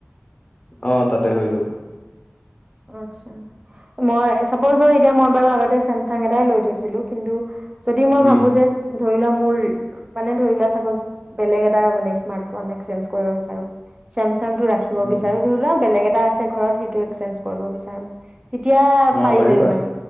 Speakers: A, on the left (about 35°); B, on the right (about 25°).
A: অ', তাতে হৈ যাব।
B: অ', আত্ছা মই চাপজ ধৰ এতিয়া মই বাৰু আগতে চেমচাং এটাই লৈ থৈছিলো। কিন্তু যদি মই
A: উম
B: ভাবো যে, ধৰি লোৱা মোৰ। মানে ধৰি লোৱা, চাপজ বেলেগ এটা মানে স্মাৰ্ট ফোন এক্সচেঞ্জ আৰু চামচ সাংটো ৰাখিব
A: উম
B: বিচাৰো। ধৰিলুৱা বেলেগ এটা আছে ঘৰত সেইটো এক্সচেঞ্জ কৰিব বিচাৰো। এতিয়া
A: অ
B: পাৰি
A: পাৰিবা
B: নে নোৱাৰি?